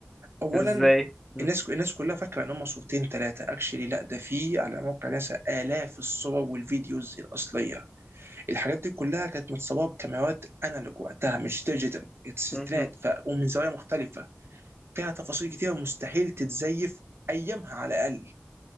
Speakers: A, on the right (about 60°); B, in the centre.
A: اولا
B: ازاي مم.
A: الناس الناس كلها فاكره ان هم صورتين ثلاثه اكشلي لا ده في على موقع ناسا الاف الصور والفيديوز الاصليه الحاجات دي كلها كانت متصوره بكاميرات انالوج وقتها مش ديجيتال الستينات
B: مهم.
A: ف... ومن زوايا مختلفه فيها تفاصيل كتيره مستحيل تتزيف ايامها على الاقل